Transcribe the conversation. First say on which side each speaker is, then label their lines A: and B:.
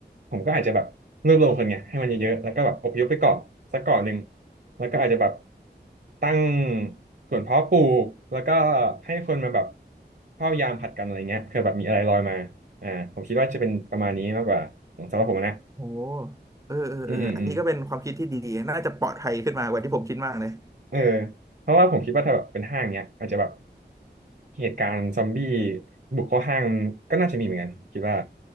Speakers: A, on the right; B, on the right.
A: ผมก็อาจจะแบบรวบรวมคนไงให้มันเยอะๆแล้วก็แบบอพยพไปเกาะสักเกาะหนึ่งแล้วก็อาจจะแบบตั้งสวนเพาะปลูกแล้วก็ให้คนมาแบบเฝ้ายามผลัดกันอะไรเงี้ยเผื่อแบบมีอะไรลอยมาอ่าผมคิดว่าจะเป็นประมาณนี้มากกว่าของสำหรับผมนะ
B: โอ้เออเออเอออันนี้ก็เป็นความคิดที่ดีน่าจะปลอดภัยขึ้นมากว่าที่ผมคิดมากเลย
A: อืมอืมอืมเออเพราะว่าผมคิดว่าถ้าแบบเป็นห้างเนี้ยอาจจะแบบเหตุการณ์ซอมบี้บุกเข้าห้างก็น่าจะมีเหมือนกันคิดว่า